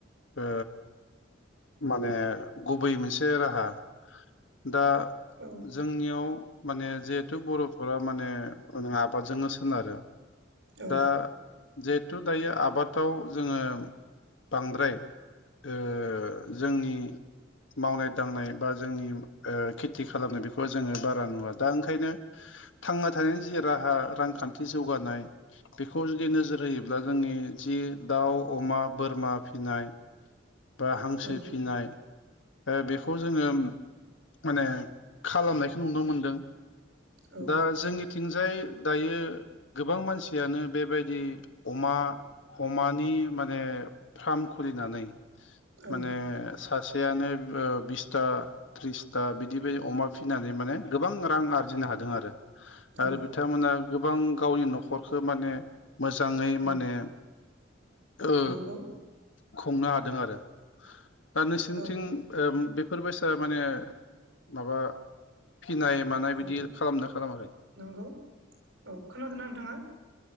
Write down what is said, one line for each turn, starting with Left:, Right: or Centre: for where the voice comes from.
Left: ओ माने गुबै मोनस से राहा दा
Right: औ
Left: जोंनियाव माने जेहेथु बर' नखरा माने ओं आबादजोंनो सोनारो
Right: औ
Left: दा जेहेथु दायो आबादाव जोङो बांद्राय ओ जोंनि मावनाय दांनाय बा जोंनि ओ खेथि खालामनाय बेखौहाय जोङो बारा नुवा दा ओंखायनो थांना थानायनि जि राहा रांखान्थि जौगानाय बेखौ जुदि नोजोर होयोब्ला जोंनि जि इ दाउ अमा बोरमा फिनाय बा हांसो
Right: औ
Left: फिनाय ओ बेखौ जोङो माने खालामनायखौ नुनो मोनदों।
Right: औ
Left: दा जोंनि थिंजाय दायो गोबां मानसियानो बेबायदि अमा अमानि माने फार्म खुलिनानै
Right: औ
Left: माने सासे सेयानो ओ बिसथा थ्रिसथा बिदि बायदि अमा फिनानै माने गोबां रां आरजिनो हा हादों आरो आरो
Right: औ
Left: बिथांमोना गोबां गावनि न'खरखौ माने मोजाङै माने
Right: औ
Left: ओ
Right: नंगौ
Left: खुंनो हा दों आरो दा नोंसिनिथिं
Right: औ
Left: ओ बेब फोरबायसा माने माबा फिनाय मानाय बिदि
Right: औ
Left: खालामदोना खालामाखै?
Right: नंगौ औ खोनादोंना नोंथाङा?